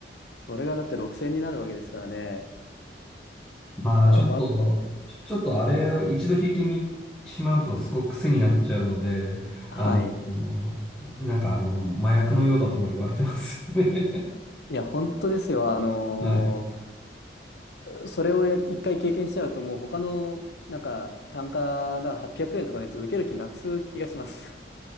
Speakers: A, on the left; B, in the centre.
A: それがだって6000円になるわけですからね。
B: まあ、
A: いや、
B: ちょっと、
A: わ、
B: ちょちょっとあれを一度弾いてみ、しまうとすごく癖になっちゃうので、
A: はい。
B: あの、なんかあの、麻薬のようだとも言われてますよね。
A: いや、本当ですよ。あのー
B: <laughs> はい。
A: それをや一回経験しちゃうと、もう他の、なんか、単価、なんか800円とかのやつ受ける気なくす気がします。